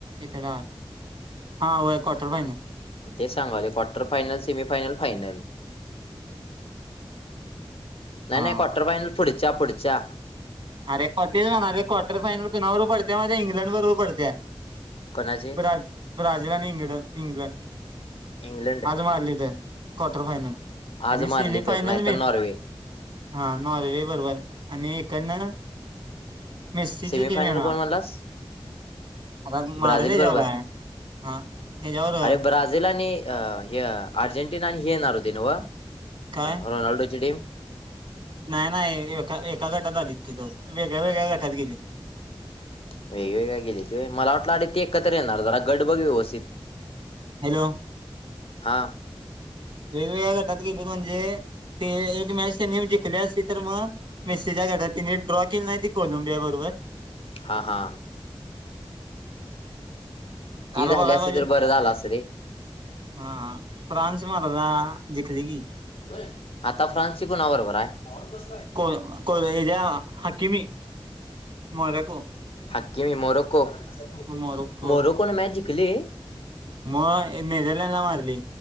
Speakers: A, on the right; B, on the left.
A: इकडं हां व्हयं काॅक्व्टर फायंनल
B: मं ते सांगलोय quarter final semi final final नायी
A: हा
B: नायी क्वाटर फानल पुढच्या पुढाच्या
A: अरे कतेच म्हणाले काॅर्टर फायनल कुणा पडते माहीती हाय इंग्लंड बरोबर पडतया
B: कोणाची
A: ब्रा ब्राझील आणि इंग्लं इंग्लंड
B: इंग्लंड
A: आज मारली क्वार्टर फायनल
B: आज
A: आणि सेमीफायनल
B: मारली तर नाहीतर
A: मीच
B: नॉर्वे
A: हा नॉर्वे बरोबर आणि इकडनं मेस्सीची
B: सेमी
A: टीम
B: फायनल
A: येणार
B: कोण म्हणलास
A: आता मारेल
B: ब्राझील
A: ह्याच्यावर
B: बरोबर
A: आहे हा ह्याच्यावर
B: अरे ब्राझीलील आणि अह अर्जेंटीना आणि हे येनार हुती नव
A: काय
B: रोनाल्डोची टीम
A: नाही नाही एका एका गटात आलीत ती दोघ वेगळ्या वेगळ्या गटात गेलेत
B: वेगवेेगळ्या गेलीत होय मला वाटलं अ ते एकत्र येणार जरा गड बघ व्यवस्थित
A: हॅलो
B: हा
A: वेगवेगळ्या गटात गेलीत म्हणजे ते एक मॅच त्यांनी जिंकले असते तर मग मेस्सेच्या घडात तिने ड्रॉ केली नाही त कोलंबिया बरोबर
B: हा हा ती
A: काल
B: झाली
A: बघाय
B: असती
A: <inaudible> गेलो
B: तर बरं झालं असतं रे
A: हा फांस मारदा जकली की
B: होय <inaudible> आवाज बसलाय आता फ्रान्सची कुणा बरोबर आहे
A: को को र ज्या हकीमी मोरॅको
B: हकी मी मरको <inaudible> मर कोण
A: मोरक्को
B: मोरोको नी मॅच जिंकली
A: मग मेझरलँडला मारली